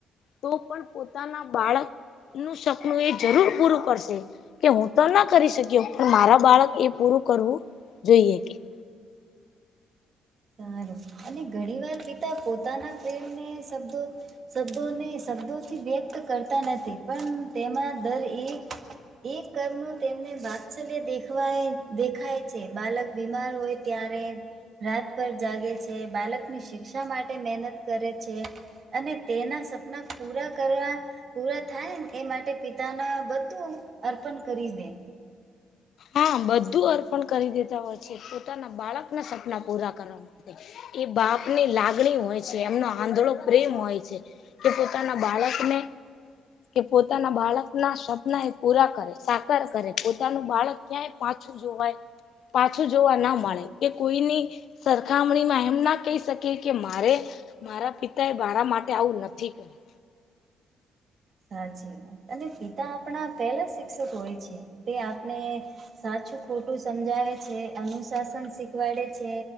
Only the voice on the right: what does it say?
સારું અને ઘણી વાર પિતા પોતાના પ્રેમને શબ્દો- શબ્દોને શબ્દોથી વ્યક્ત કરતા નથી પણ તેમાં દર એક- એ કરતું નો તેમને વાત્સલ્ય દેખવાય દેખાય છે બાલક બીમાર હોય ત્યારે રાત પર જાગે છે બાળકની શિક્ષા માટે મહેહનત કરે છે અને તેના સપના પૂરા કરવા- પૂરા થાય એ માટે પિતાના બધું અર્પણ કરી દે.
સાચી વાત અને પિતા આપણા પહેલા શિક્ષક હોય છે તે આપણે- સાચું ખોટું સમજાવે છે અનુશાસન શીખવાડે છે.